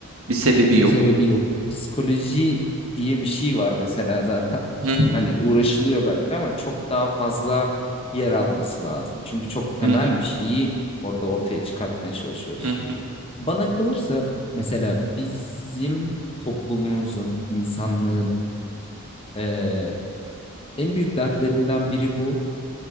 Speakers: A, on the right (about 70°); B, on the left (about 25°).
A: Bir sebebi
B: Bir
A: yok.
B: sebebi yok. Psikoloji diye bir şey var mesela zaten.
A: Hı hı,
B: Hani uğraşılıyor belki ama çok daha fazla yer alması lazım. Çünkü çok temel
A: hı hı,
B: bir şeyi orada ortaya çıkartmaya çalışıyoruz.
A: hı hı.
B: Bana kalırsa mesela bizim toplumumuzun, insanlığın eee, en büyük dertlerinden biri bu.